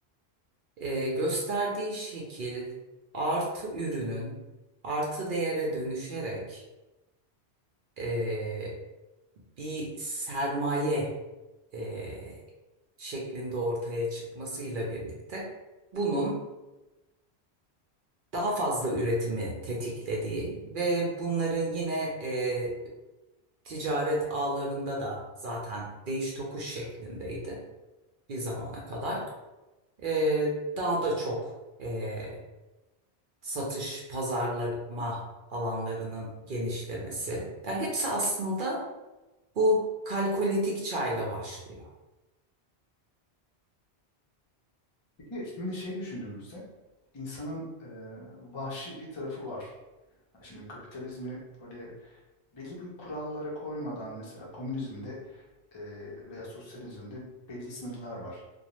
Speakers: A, on the right; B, on the left.
A: e, gösterdiği şekil artı ürünün artı değere dönüşerek e, bir sermaye e, şeklinde ortaya çıkmasıyla birlikte bunun daha fazla üretimi tetiklediği ve bunların yine e, ticaret ağlarında da zaten değiş tokuş şeklindeydi bir zamana kadar. Ee, daha da çok e, satış, pazarlama alanlarının genişlemesi. Yani hepsi aslında bu kalkolitik çayla başlıyor.
B: Peki şimdi şey düşündüğümüzde insanın e, vahşi bir tarafı var. Ha, Şimdi kapitalizmi böyle belli bir kurallara koymadan mesela komünizmde e, veya sosyalizmde belli sınırlar var.